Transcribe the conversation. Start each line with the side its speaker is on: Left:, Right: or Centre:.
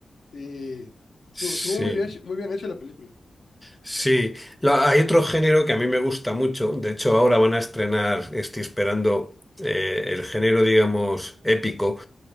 Left: y estu-
Centre: Sí,
Left: estuvo muy bien, hecho- muy bien hecha la película.
Centre: sí. La- hay otro género que a mí me gusta mucho. De hecho, ahora van a estrenar, estoy esperando eh, el género, digamos, épico.